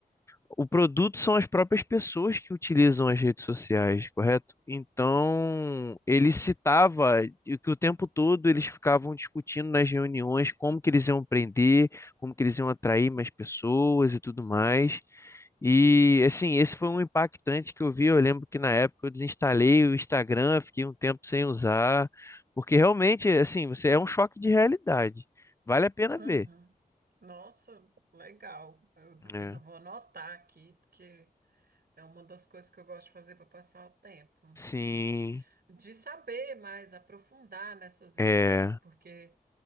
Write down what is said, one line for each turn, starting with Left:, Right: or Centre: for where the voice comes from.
Left: o produto são as próprias pessoas que utilizam as redes sociais, correto? Então, ele citava e que o tempo todo eles ficavam discutindo nas reuniões como que eles iam prender, como que eles iam atrair mais pessoas e tudo mais. E assim, esse foi um impactante que eu vi. Eu lembro que na época eu desinstalei o Instagram, fiquei um tempo sem usar, porque realmente, assim, você é um choque de realidade. Vale a pena
Right: Uhum.
Left: ver,
Right: Nossa, legal. Eu- depois
Left: né?
Right: eu vou anotar aqui, porque é uma das coisas que eu gosto de fazer para passar o tempo,
Left: Sim,
Right: de, de saber mais, aprofundar nessas histórias,
Left: é,
Right: porque,